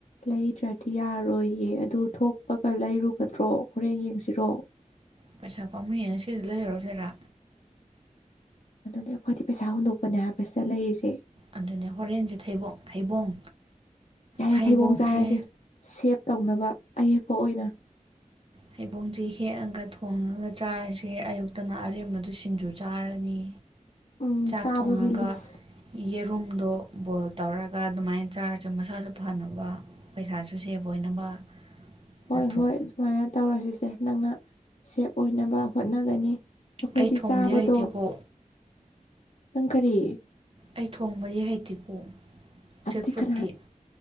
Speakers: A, on the left; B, on the right.
A: ꯂꯩꯗ꯭ꯔꯗꯤ ꯌꯥꯔꯣꯏꯌꯦ ꯑꯗꯨ ꯊꯣꯛꯄꯒ ꯂꯩꯔꯨꯒꯗ꯭ꯔꯣ ꯍꯣꯔꯦꯟ ꯌꯦꯡꯁꯤꯔꯣ꯫
B: ꯄꯩꯁꯥ ꯄꯥꯝꯃꯨꯏꯌꯦ ꯉꯁꯤꯗ ꯂꯩꯔꯣꯏꯁꯤꯔꯥ꯫
A: ꯑꯗꯨꯗꯤ ꯑꯩꯈꯣꯏꯗꯤ ꯄꯩꯁꯥ ꯍꯨꯟꯗꯣꯛꯄꯅꯦ ꯍꯥꯏꯕꯁꯤꯗ ꯂꯩꯔꯤꯁꯦ꫰꫰
B: ꯑꯗꯨꯅꯦ ꯍꯣꯔꯦꯟꯁꯨ ꯊꯩꯕꯣꯡ ꯍꯩꯕꯣꯡ
A: ꯌꯥꯔꯦ
B: ꯍꯩꯕꯣꯡꯁꯦ
A: ꯊꯩꯕꯣꯡ ꯆꯥꯔꯁꯦ ꯁꯦꯞ ꯇꯧꯅꯕ ꯑꯍꯦꯛꯄ ꯑꯣꯏꯅ꯫
B: ꯍꯩꯕꯣꯡꯁꯦ ꯍꯦꯛꯑꯒ ꯊꯣꯡꯉꯒ ꯆꯥꯔꯤꯁꯦ ꯑꯌꯨꯛꯇꯅ ꯑꯔꯦꯝꯕꯗꯨ ꯁꯤꯡꯖꯨ ꯆꯥꯔꯅꯤ꯫
A: ꯎꯝ
B: ꯆꯥꯛ
A: ꯆꯥꯕꯒꯤ
B: ꯊꯣꯡꯉꯒ
A: ꯂꯤꯁ
B: ꯌꯦꯔꯨꯝꯗꯣ ꯕꯣꯏꯜ ꯇꯧꯔꯒ ꯑꯗꯨꯃꯥꯏꯅ ꯆꯥꯔꯁꯦ ꯃꯁꯥꯁꯨ ꯐꯅꯕ꯫ ꯄꯩꯁꯥꯁꯨ ꯁꯦꯐ ꯑꯣꯏꯅꯕ꯫
A: ꯍꯣꯏ
B: ꯅꯠꯇ꯭ꯔꯣ
A: ꯍꯣꯏ ꯑꯗꯨꯃꯥꯏꯅ ꯇꯧꯔꯁꯤꯁꯦ ꯅꯪꯅ ꯁꯦꯞ ꯑꯣꯏꯅꯕ ꯍꯣꯠꯅꯒꯅꯤ꯫ ꯑꯩꯈꯣꯏꯗꯤ
B: ꯑꯩ ꯊꯣꯡꯗꯤ
A: ꯆꯥꯕꯗꯣ꯫
B: ꯍꯩꯇꯦꯀꯣ
A: ꯅꯪ ꯀꯔꯤ
B: ꯑꯩ ꯊꯣꯡꯕꯗꯤ ꯍꯩꯇꯦꯀꯣ꯫
A: ꯑꯗꯨꯗꯤ
B: ꯖꯦꯛ ꯐ꯭ꯔꯨꯠꯇꯤ
A: ꯀꯅꯥ